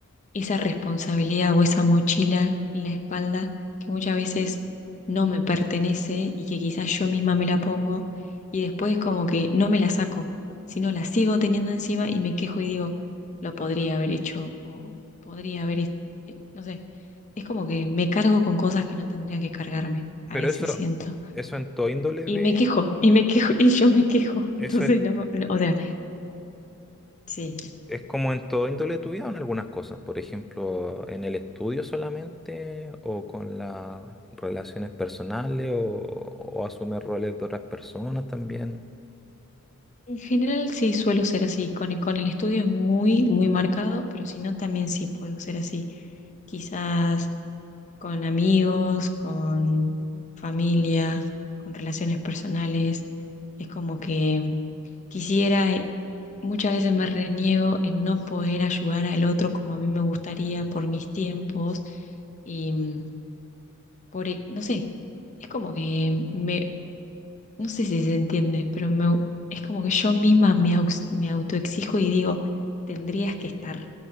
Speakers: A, on the left; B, in the centre.
A: esa responsabilidad o esa mochila en la espalda que muchas veces no me pertenece y que quizás yo misma me la pongo y después como que no me la saco, sino la sigo teniendo encima y me quejo y digo, lo podría haber hecho o podría haber, est- eh, no sé, es como que me cargo con cosas que no tendría que cargarme, a
B: Pero
A: veces
B: eso,
A: siento.
B: eso en todo índole
A: Y
B: de,
A: me quejo, y me quejo, y yo me quejo. <laughs>
B: eso
A: Entonces,
B: es,
A: no, me- no, o sea, Sí.
B: es como en todo índole de tu vida o en algunas cosas. Por ejemplo, en el estudio solamente o con las relaciones personales o, o asumir roles de otras personas también.
A: en general sí suelo ser así. Con el, con el estudio es muy, muy marcado, pero si no, también sí puedo ser así. Quizás con amigos, con familia, con relaciones personales. Es como que mm, quisiera, eh, muchas veces me reniego en no poder ayudar al otro como a mí me gustaría por mis tiempos y mm, por, e- no sé, es como que me no sé si se entiende, pero me au- es como que yo misma me, aux- me autoexijo y digo, tendrías que estar